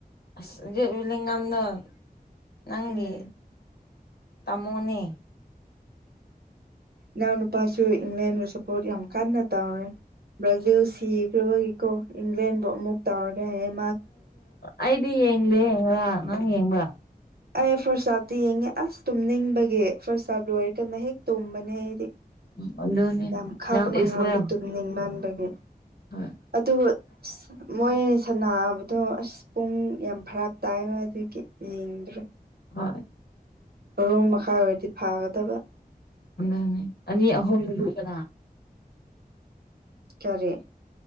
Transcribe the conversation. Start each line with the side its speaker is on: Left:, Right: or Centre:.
Left: ꯑꯁ ꯍꯧꯖꯤꯂꯤꯉꯝꯗꯣ ꯅꯪꯒꯤ
Right: ꯎꯝ
Left: ꯇꯥꯃꯣꯅꯦ
Right: ꯅꯥꯎꯅꯄꯥꯥꯁꯨ ꯏꯪ꯭ꯂꯦꯟ ꯔ ꯁꯄꯣꯠ ꯌꯥꯝ ꯀꯥꯟꯅ ꯇꯥꯧꯔꯦ ꯕ꯭ꯔꯥꯖꯤꯜ ꯁꯤꯈ꯭ꯔꯕꯒꯤꯀꯣ ꯏꯪꯂꯦꯟꯕꯨ ꯑꯃꯨꯛ ꯇꯥꯎꯔꯒ ꯍꯌꯦꯡ
Left: ꯑꯩꯗꯤ ꯌꯦꯡꯗꯦꯡ ꯉꯔ ꯅꯪ ꯌꯦꯡꯕ꯭ꯔꯥ
Right: ꯑꯩ ꯐꯔꯁꯥꯠꯇꯇ ꯌꯦꯡꯉꯦ ꯑꯁ ꯇꯨꯝ ꯅꯤꯡꯕꯒꯤꯦ ꯐꯔꯁꯥꯠ ꯂꯣꯏꯔꯦ ꯀꯟꯅ ꯍꯦꯛ ꯇꯣꯕꯅꯦ ꯑꯩꯗꯤ
Left: ꯎꯝ ꯑꯗꯨꯅꯦ
Right: ꯌꯥꯝ ꯈꯥꯡꯕ
Left: ꯍꯦꯜꯠ ꯏꯁ
Right: ꯉꯝꯗꯦ
Left: ꯋꯦꯜ
Right: ꯇꯨꯝꯅꯤꯡ ꯃꯟꯕꯒꯤ
Left: ꯍꯣꯏ
Right: ꯑꯗꯨ ꯃꯣꯏ ꯁꯕꯗꯣ ꯑꯁ ꯄꯨꯡ ꯌꯥꯝ ꯐꯔꯥꯛ ꯇꯥꯏ ꯍ ꯑꯗꯨꯒꯤ ꯌꯦꯡꯗ꯭ꯔꯦ
Left: ꯍꯣꯏ
Right: ꯔꯨꯝ ꯃꯈꯥꯏ ꯑꯣꯏꯔꯗꯤ ꯐꯥꯒꯗꯕ
Left: ꯅꯦ ꯑꯅꯤ ꯑꯍꯨꯝꯗꯅ
Right: ꯇꯔꯦ